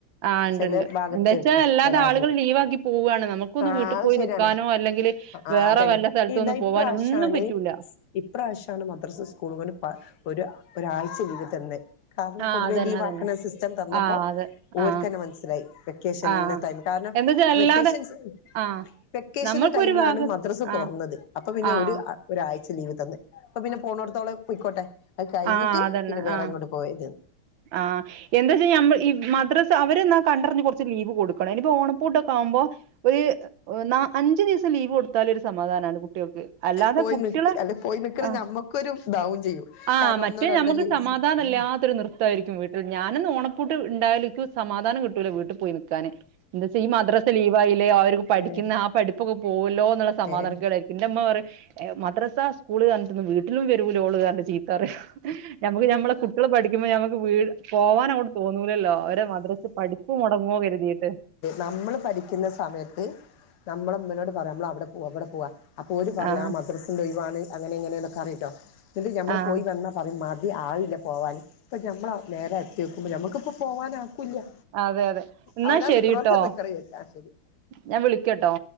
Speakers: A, on the right; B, on the left.
A: ആഹ് ഇണ്ട്
B: ചെല
A: ഇണ്ട്
B: ഭാഗത്ത്
A: എന്താ വെച്ചാ അല്ലാതെ
B: തരാറുണ്ട്
A: ആളുകൾ ലീവ് ആക്കി പോവുകയാണ് നമുക്കൊന്ന്
B: ആഹ്
A: വീട്ടിൽ
B: അത്
A: പോയി
B: ശരിയാണ്
A: നിക്കാനോ അല്ലെങ്കില്
B: ആഹ്
A: വേറെ
B: അതന്നെ
A: വല്ല സ്ഥലത്തൊന്ന്
B: ഇതാ ഇപ്രാവശ്യാണ്
A: പോവാനോ ഒന്നും പറ്റൂല
B: ഇപ്രാവശ്യമാണ് മദ്രസ് സ്കൂളുംകൂടി ഒരു ഒരാഴ്ച ലീവ് തന്നെ
A: ആഹ്
B: പൊതുവെ
A: അതന്നെ
B: ലീവാക്കണ
A: അതന്നെ
B: സിസ്റ്റം തന്നപ്പോ
A: ആഹ് അതെ
B: ഓര്ക്കന്നെ
A: ആഹ്
B: മനസ്സിലായി വെക്കേഷന്ന
A: ആഹ്
B: ത കാരണം
A: എന്താച്ചാ അല്ലാതെ
B: വെക്കേഷൻസ്
A: ആഹ്
B: വെക്കേഷന്റെ
A: നമ്മൾക്കൊരു
B: ടൈമിലാണ്
A: ഭാഗത്ത്
B: മദ്രസ് തൊറന്നത്
A: ആഹ്
B: അപ്പൊ പിന്നെ
A: ആഹ്
B: ഒരു ഒരാഴ്ച ലീവ് തന്ന് അപ്പൊ പിന്നെ പോണട്ത്തോളം പൊയ്ക്കോട്ടെ അത് കഴിഞ്ഞിട്ട്
A: ആഹ് അതന്നെ
B: പിന്നെ വേറെങ്ങെടും
A: ആഹ്
B: പോയത്
A: ആഹ് എന്താച്ചാ നമ്മൾ ഈ മദ്ര അവര് എന്നാ കണ്ടറിഞ്ഞു കൊറച്ച് ലീവ് കൊടുക്കണം ഇനി ഓണപ്പൂട്ടൊക്കെ ആവുമ്പൊ ഒരു നാ അഞ്ച് ദി ലീവ് കൊടുത്താലേ ഒരു സമാധാനാണ് കുട്ടികൾക്ക് അല്ലാതെ
B: പോയി
A: കുട്ടികളെ
B: നിക്ക് അല്ല പോയി നിക്കണ
A: ആ
B: ഞമ്മക്കൊരു ഇതാവും ചെയ്യും
A: ആ
B: കാരണം
A: മറ്റെ
B: ഒന്നോ
A: <unintelligible>
B: രണ്ടോ
A: നമുക്ക്
B: ലീവ്സ്
A: സമാധാനംല്ലാത്തൊരു നിർത്താരിക്കും വീട്ടിൽ ഞാനൊന്ന് ഓണപ്പൂട്ട് ഇണ്ടായാലെക്ക് സമാധാനം കിട്ടൂല വീട്ടി പോയി നിൽക്കാന് എന്താ വച്ചാ ഈ മദ്രാസ ലീവായില്ലേ അവര്ക്ക് പഠിക്കുന്ന
B: ഏഹ്
A: ആ പഠിപ്പൊക്കെ പോകല്ലോ എന്നുള്ള സമാധാനകേടായിരിക്കും
B: ഏഹ്
A: എന്റെമ്മ പറയും മദ്രസാ സ്കൂള്ന്ന് പറഞ്ഞിട്ടന്നും വീട്ടിലും വരൂല ഓള്ന്ന് പറഞ്ഞിട്ട് ചീ പറയും നമുക്ക് ഞമ്മളെ കുട്ടികള് പഠിക്കുമ്പോൾ ഞമ്മക്ക് ഞമ്മക്ക് വീ പോവാനങ്ങോട്ട് തോന്നൂലല്ലോ അവര മദ്രസ പഠിപ്പ് മൊടങ്ങുവോന്ന് കരുതിയിട്ട്
B: നമ്മൾ പഠിക്കുന്ന സമയത്ത് നമ്മളമ്മനോട് പറയാ നമ്മളവിടെ പോവ ഇവിടെ പോവാ അപ്പൊ ഓര് പറയും
A: ആഹ്
B: ആ മദ്രസ ഇന്നൊഴിവാണ് അങ്ങനെ ഇങ്ങനെയൊന്നൊക്കെ അറിയിട്ടോ ഇല്ലെങ്കി ഞമ്മള്
A: ആഹ്
B: എന്നാ പറയും മതി ആവില്ല പോവാന് ഇപ്പൊ ഞമ്മള നേരെ എത്തി നോക്കുമ്പോ ഞമ്മുക്കിപ്പോ പോവാനാക്കൂല്ല
A: അതെ അതെ എന്നാ
B: അവരാ
A: ശരിട്ടോ
B: നിക്കണോടത്താ നിക്കണെ വിചാരിക്കും ആ ശരി
A: ഞാൻ വിളിക്കട്ടോ